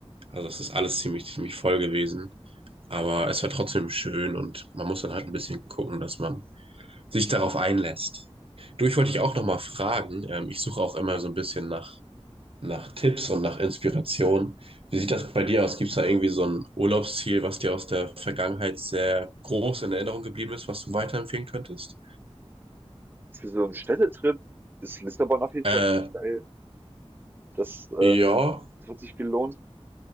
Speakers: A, on the right; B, on the right.
A: Also das ist alles ziemlich, ziemlich voll gewesen. Aber es war trotzdem schön und man muss dann halt ein bisschen gucken, dass man sich darauf einlässt. Du, ich wollte dich auch nochmal fragen. Ähm, ich suche auch immer so ein bisschen nach nach Tipps und nach Inspiration. Wie sieht das bei dir aus? Gibt es da irgendwie so ein Urlaubsziel, was dir aus der Vergangenheit sehr groß in Erinnerung geblieben ist, was du weiterempfehlen könntest?
B: Für so einen Städtetrip ist Lissabon auf jeden
A: Äh,
B: Fall richtig geil. Das, ähm,
A: ja.
B: das hat sich gelohnt.